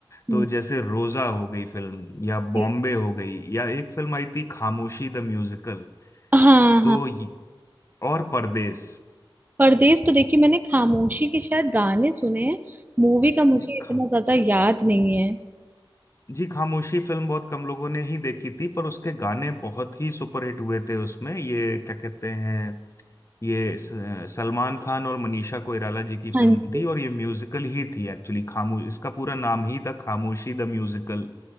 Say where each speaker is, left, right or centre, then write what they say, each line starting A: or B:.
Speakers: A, on the right; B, on the left.
A: हम्म,
B: तो जैसे रोजा हो गई फिल्म या
A: ठीक।
B: बॉम्बे हो गई या एक फिल्म आई थी खामोशी द म्यूजिकल
A: हाँ
B: तो
A: हाँ
B: ये- और परदेस
A: परदेश तो देखिए मैंने खामोशी के शायद गाने सुने हैं मूवी का मुझे
B: जी
A: इतना
B: खा
A: ज्यादा याद नहीं है
B: जी खामोशी फिल्म बहुत कम लोगों ने ही देखी थी पर उसके गाने बहुत ही सुपरहिट हुए थे उसमें ये क्या कहते हैं ये स- सलमान खान और मनीषा कोइराला जी की फिल्म
A: हाँ जी
B: थी और ये म्यूजिकल ही थी एक्चुअली खामोश इसका पूरा नाम ही था खामोशी द म्यूजिकल